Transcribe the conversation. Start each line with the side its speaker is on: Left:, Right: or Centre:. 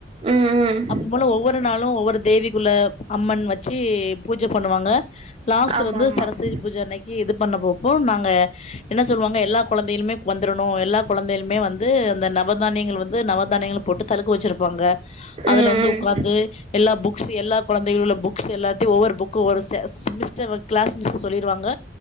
Right: ம் ம்
Left: அப்பன் போல ஒவ்வொரு நாளு ஒவ்வொரு தேவிக்குள்ள அம்மன் வெச்சு பூஜ பண்ணுவாங்க லாஸ்ட்
Right: ஆமா
Left: வந்து
Right: ஆமா
Left: சரஸ்வதி
Right: ம்
Left: பூஜ அன்னைக்கு இது பண்ணப்போபோ நாங்க என்ன சொல்லுவாங்க எல்லா கொழந்தைங்ளுமே வந்துரணு எல்லா கொழந்தைங்ளுமே வந்து அந்த நவதானியங்கள் வந்து நவதானியங்கள் போட்டு தலுக்கு வெச்சிருப்பாங்க அதுல
Right: ம்
Left: வந்து உக்காந்து எல்லா புக்ஸ் எல்லா கொழந்தைகளோ உள்ள புக்ஸ் எல்லாத்தையு ஒவ்வொரு புக்கு ஒரு செ ஸ் மிஸ்டர் கிளாஸ் மிஸ்ட்ட சொல்லிருவாங்க